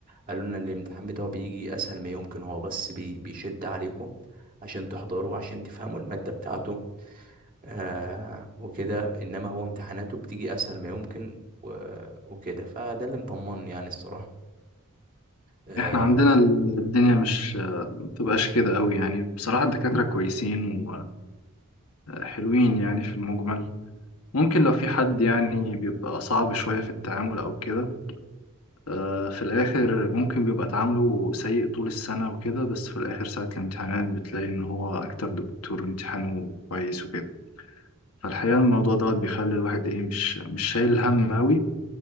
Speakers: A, on the right; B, on the left.
A: قالوا لنا الامتحان بتاعه بيجي اسهل ما يمكن هو بس بي بيشد عليكم عشان تحضروا عشان تفهموا الماده بتاعته آه وكده انما هو امتحاناته بتيجي اسهل ما يمكن و- وكده فده اللي مطمني يعني الصراحه آه
B: احنا عندنا ال- الدنيا مش آه، ما بتبقاش كده قوي يعني بصراحة الدكاترة كويسين وحلوين يعني في المجمل ممكن لو في حد يعني بيبقى صعب شوية في التعامل أو كده آه، في الآخر ممكن بيبقى تعامله سيء طول السنة وكده بس في الآخر ساعة الامتحانات بتلاقي إن هو أكتر دكتور امتحانه كويس وكده فالحقيقة الموضوع دوت بيخلي الواحد إيه مش مش شايل هم قوي